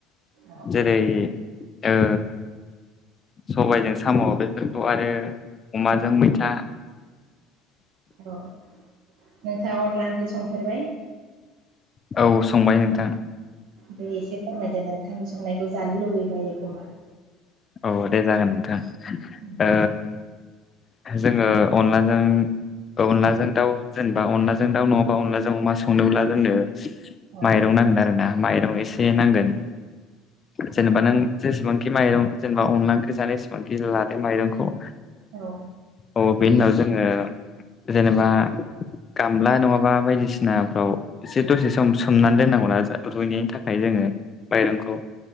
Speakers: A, on the right; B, on the left.
A: औ
B: जेरै ओ सबायजों साम' बेफोरखौ आरो अमाजों
A: औ
B: मैथा
A: औ नोंथाङा अनला ओंख्रि संफेरबाय?
B: औ संबाय नोंथां।
A: बे एसे फोरमायदो नोंथांनि संनायखौ जानो लुगैबायो खोमा।
B: औ दे जागोन नोंथां।
A: दे
B: जोङो अनलाजों अनलाजों दाउ जेनेबा अनलाजों दाउ नङाबा अनलाजों अमा संनोब्ला जोंनो
A: औ
B: माइरं नांगोन आरो ना माइरं एसे से नांगोन जेनेबा नों जेसेबांखि माइरं जेनेबा अनला ओंख्रि जानाय समाव <unintelligible> लादो माइरंखौ।
A: औ
B: औ बेनि उनाव जोङो जेनेबा गामला नङाबा बायदिसिनाफ्राव एसे दसे सम सोमनानै दोननांगौ ना रुइनायनि थाखाय जोङो माइरंखौ।